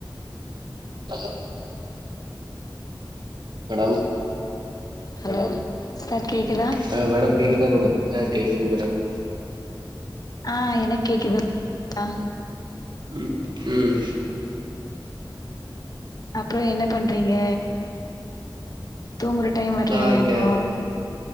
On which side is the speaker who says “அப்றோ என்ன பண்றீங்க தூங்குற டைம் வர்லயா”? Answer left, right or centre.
Left